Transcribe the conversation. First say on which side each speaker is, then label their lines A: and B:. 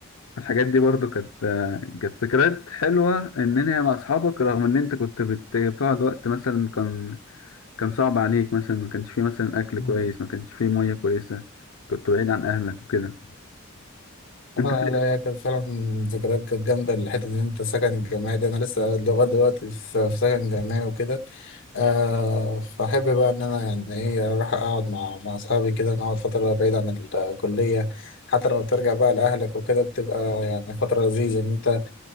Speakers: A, on the left; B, on the left.
A: الحاجات دي برضو كانت كانت ذكريات حلوة إن أنت مع أصحابك رغم إن أنت كنت بت- بتقعد وقت مثلا كان كان صعب عليك مثلا ما كانش فيه مثلا أكل
B: مم.
A: كويس ما كانش فيه مية كويسة كنت بعيد عن أهلك وكده
B: اه
A: أنت في
B: لا هي كانت فعلا ذكريات كانت جامدة الحتة إن أنت سكن جامعي ده أنا لسه لغاية دلوقتي في في سكن جامعي وكده آه فأحب بقى إن أنا يعني إيه أروح أقعد مع مع أصحابي كده نقعد فترة بعيد عن الكلية حتى لو ترجع بقى لأهلك وكده بتبقى يعني فترة لذيذة إن أنت